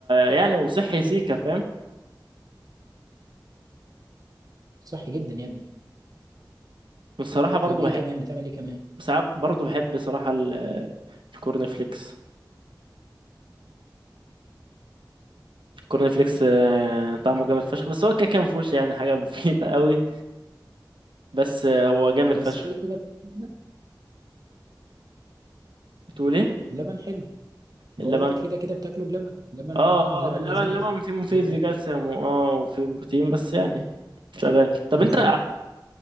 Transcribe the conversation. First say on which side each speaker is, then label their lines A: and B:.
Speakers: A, on the right (about 85°); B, on the right (about 50°).
A: يعني وصحي سيكا فاهم
B: صحي جدا يا ابني
A: والصراحه برضو
B: طيب
A: بحب
B: إيه كمان بتعمل إيه كمان؟
A: ساعات برضو بحب صراحه ال- الكورن فليكس الكورن فليكس آه، طعمه جامد فشخ بس هو كده كان مفهوش يعني حاجه <laughs> مفيده قوي بس آه، هو جامد
B: بس
A: فشخ
B: كده كده بتاكله بلبن
A: بتقول ايه
B: لبن حلو بقول
A: اللبن
B: لك كده كده بتاكله بلبن لبن
A: اه
B: اه
A: اه
B: اللبن
A: اللبن
B: لذيذ
A: اللبن فيه مفيد
B: بيبقى
A: فيه كالسيوم
B: فيه
A: واه وفيه بروتين بس يعني شغال طب
B: مفيد
A: انت